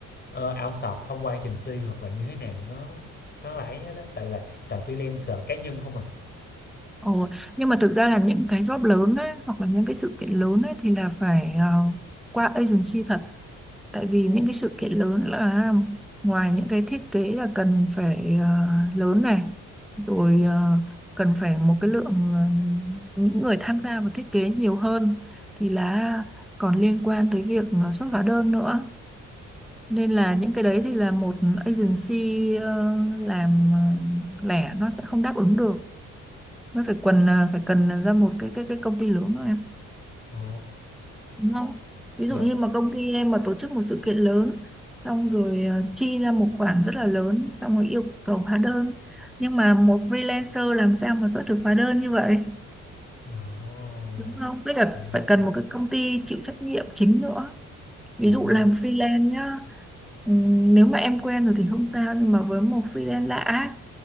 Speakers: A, on the left; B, in the centre.
A: ờ, outsource thông qua agency hoặc là như thế nào nó nó là ấy hết á, tại là toàn freelancer cá nhân không à.
B: Ồ. Nhưng mà thực ra là những cái job lớn ấy, hoặc là những cái sự kiện lớn ấy, thì là phải ờ, qua agency thật tại vì những cái sự kiện lớn là ngoài những cái thiết kế là cần phải ờ, lớn này rồi ờ, cần phải một cái lượng ờ, những người tham gia vào thiết kế nhiều hơn thì là còn liên quan tới việc ờ, xuất hóa đơn nữa nên là những cái đấy thì là một agency ờ, làm ờ, lẻ nó sẽ không đáp ứng được mới phải quần ờ, phải cần ra một cái cái cái công ty lớn thôi em
A: Ồ,
B: đúng không? Ví
A: dạ.
B: dụ như mà công ty em mà tổ chức một sự kiện lớn xong rồi ờ, chi ra một khoản rất là lớn xong rồi yêu cầu hóa đơn nhưng mà một freelancer làm sao mà xuất được hóa đơn như vậy
A: Ồ,
B: đúng không? Với cả
A: dạ đúng.
B: phải cần một cái công ty chịu trách nhiệm chính nữa
A: Dạ
B: ví dụ
A: vâng.
B: làm freelance nhá ừm, nếu mà em quen rồi thì không sao nhưng mà với một freelance lạ á,